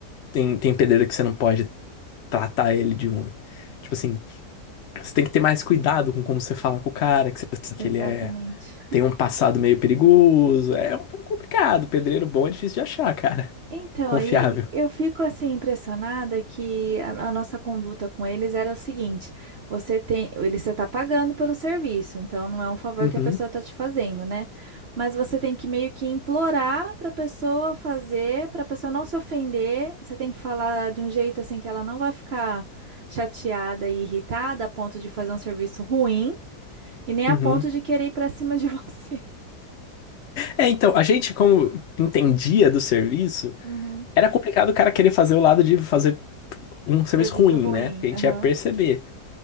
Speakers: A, on the left (about 55°); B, on the right (about 65°).
A: tem, tem pedreiro que você não pode tratar ele de um. Tipo assim, você tem que ter mais cuidado com como você fala com o cara, que você sabe
B: exatamente.
A: que ele é tem um passado meio perigoso. É um pouco complicado. Pedreiro bom é difícil de achar, cara.
B: Então,
A: Confiável.
B: aí eu fico assim impressionada que a, a nossa conduta com eles era o seguinte: você tem, ele você está pagando pelo serviço, então não é um favor
A: Uhum,
B: que a pessoa está te fazendo, né? Mas você tem que meio que implorar para a pessoa fazer, para a pessoa não se ofender. Você tem que falar de um jeito assim que ela não vai ficar chateada e irritada a ponto de fazer um serviço ruim e nem
A: uhum.
B: a ponto de querer ir para cima de você. <laughs>
A: É, então, a gente, como entendia do serviço,
B: Uhum.
A: era complicado o cara querer fazer o lado de fazer um serviço
B: Serviço
A: ruim,
B: ruim.
A: né? Porque a gente
B: Aham.
A: ia perceber.